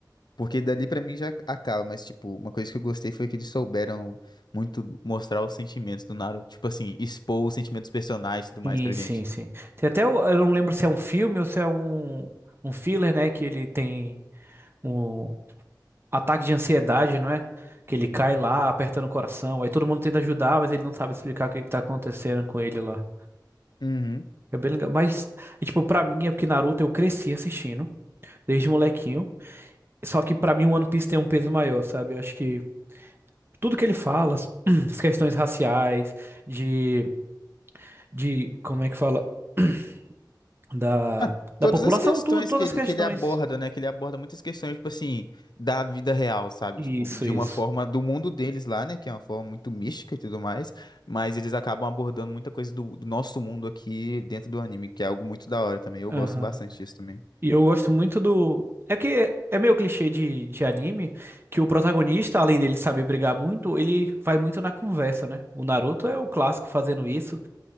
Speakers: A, on the left (about 70°); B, on the right (about 30°).
A: Porque dali pra mim já acaba, mas, tipo, uma coisa que eu gostei foi que eles souberam muito mostrar os sentimentos do Naruto. Tipo assim, expor os sentimentos dos personagens e tudo mais
B: Sim,
A: pra
B: sim,
A: gente.
B: sim. Tem até, o- eu não lembro se é um filme ou se é um, um filler, né? Que ele tem um ataque de ansiedade, não é? Que ele cai lá, apertando o coração. Aí todo mundo tenta ajudar, mas ele não sabe explicar o que que tá acontecendo com ele lá.
A: Uhum.
B: É bem legal. Mas, é, tipo, pra mim é porque Naruto eu cresci assistindo, desde molequinho. Só que pra mim o One Piece tem um peso maior, sabe? Eu acho que tudo que ele fala, as <clears throat> as questões raciais, de, de, como é que fala? <clears throat> da,
A: Ah,
B: da
A: todas
B: população,
A: as questões
B: tudo, todas
A: que ele,
B: as questões
A: que ele aborda, né? Que ele aborda muitas questões, tipo assim, da vida real, sabe?
B: Isso,
A: Tipo, de
B: isso.
A: uma forma do mundo deles lá, né? Que é uma forma muito mística e tudo mais. Mas eles acabam abordando muita coisa do, do nosso mundo aqui dentro do anime, que é algo muito da hora também. Eu
B: Aham.
A: gosto bastante disso também.
B: E eu gosto muito do. É que é é meio clichê de, de anime que o protagonista, além dele saber brigar muito, ele vai muito na conversa, né? O Naruto é o clássico fazendo isso,